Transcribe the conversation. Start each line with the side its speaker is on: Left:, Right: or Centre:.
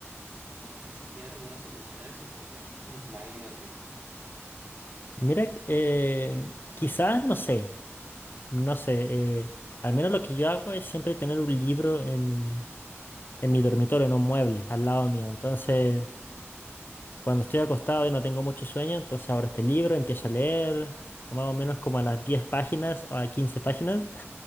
Right: y no sé si tienes alguna solución a eso, porque <laughs> imagínate,
Left: Mira, eh, quizás, no sé, no sé, eh, al menos lo que yo hago es siempre tener un libro en mi, en mi dormitorio, en un mueble, al lado mío. Entonces, cuando estoy acostado y no tengo mucho sueño, entonces abro este libro, empiezo a leer, más o menos como a las 10 páginas o a 15 páginas,